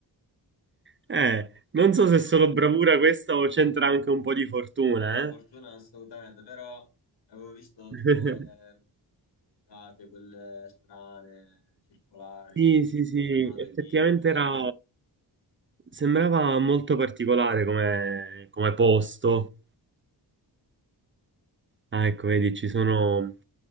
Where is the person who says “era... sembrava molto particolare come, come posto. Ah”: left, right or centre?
Right